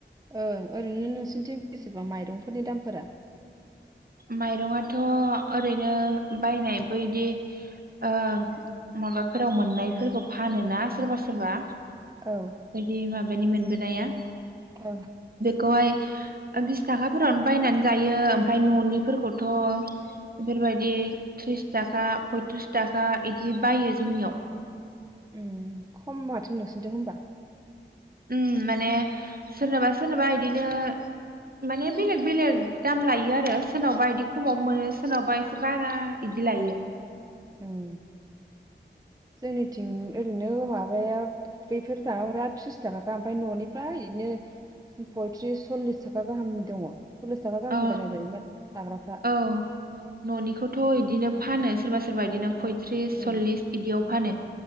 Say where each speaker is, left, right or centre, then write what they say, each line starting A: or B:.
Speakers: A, on the right; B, on the right.
A: ओं ओरैनो नोंसोरनिथिं बेसेबां माइरंफोरनि दामफोरा?
B: माइरङाथ' ओरैनो बायनाय बैदि ओ माबाफोराव मोननायफोरखौ फानोना सोरबा सोरबा। बैदि
A: औ
B: माब बैनि मोनबोनाया।
A: औ
B: खौहाय बिस थाखाफोरावनो बायनानै जायो आमफ्राय न'निफोरखौथ' बेफोरबायदि थ्रिस थाखा पयथ्रिस थाखा इदि बायो जोंनियाव।
A: ओ खम माथो नोंसिनिथिं होमबा।
B: ओम माने सोरनोबा सोरनोबा इदिनो माने बेलेग बेलेग दाम लायो आरो सोरनावबा इदि खमाव मोनो सोरनावबा एसे बारा इदि लायो।
A: ओम जोंनिथिं ओरैनो माबाया बैफोर माबाफ्रा थ्रिस थाखा गाहाम ओमफ्राय न'निफ्रा इदिनो पयथ्रिस सल्लिस थाखा गाहाम दङ। सल्लिस थाखा गाहामनि
B: औ
A: बायना जायोमोन जाग्राफ्रा
B: औ औ न'निखौथ' बिदिनो फानो सोरबा सोरबा बिदिनो फयथ्रिस सल्लिस
A: उम
B: बिदियाव फानो